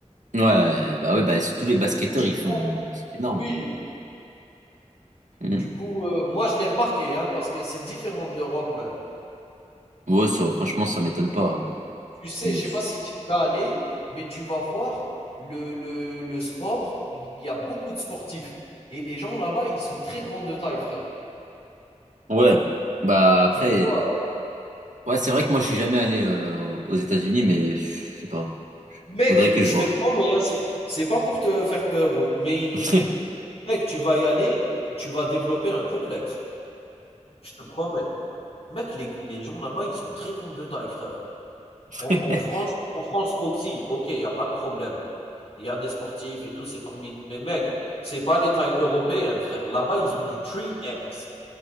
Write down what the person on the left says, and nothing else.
C'est différent.
Oui.
Du coup, euh, moi, je l'ai remarqué, hein, parce que c'est différent de l'Europe même.
Tu sais,
je sais pas si tu vas aller, mais tu vas voir le, le, le sport. Il y a beaucoup de sportifs. Et les gens là-bas, ils sont très grands de taille, frère.
Tu vois
Mec,
je
te promets, hein, c'est c'est pas pour te faire peur ou mais ils nous
mec, tu vas y aller, tu vas développer un complexe. Je te promets. Mec, les les gens là-bas, ils sont très grands de taille, frère. En
en France en France aussi, OK, il y a pas de problème. Il y a des sportifs et tout, c'est permis. Mais mec, c'est pas les tailles européennes, frère. Là-bas, ils ont du 3X.